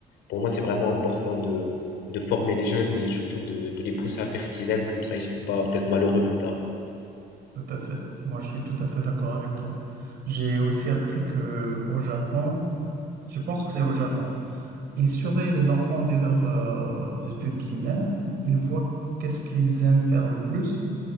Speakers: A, on the left (about 85°); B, on the right (about 65°).
A: pour moi, c'est vraiment important de, de former les jeunes et surtout de, de les pousser à faire ce qu'ils aiment, comme ça ils seront pas peut-être malheureux plus tard.
B: Tout à fait. Moi, je suis tout à fait d'accord avec toi. J'ai aussi appris que au Japon, je pense que c'est au Japon. Ils surveillent les enfants dès leurs euh, études primaires. Ils voient qu'est-ce qu'ils aiment faire le plus.